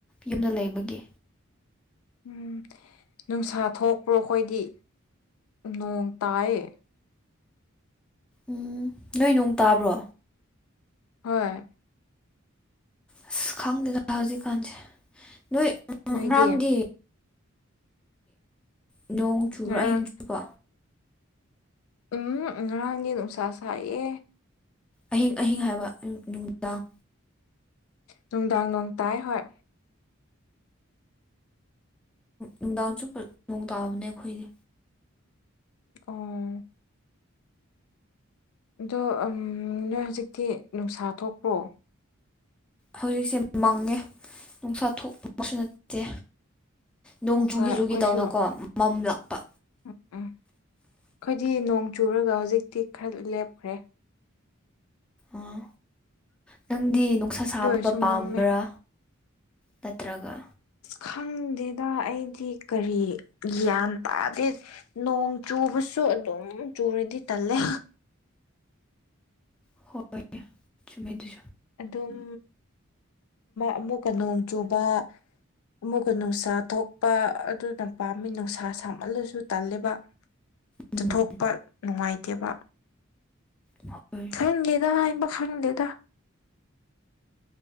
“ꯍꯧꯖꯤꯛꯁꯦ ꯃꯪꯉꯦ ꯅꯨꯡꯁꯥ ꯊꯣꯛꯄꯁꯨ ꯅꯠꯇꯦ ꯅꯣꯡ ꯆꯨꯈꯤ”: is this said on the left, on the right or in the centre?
Centre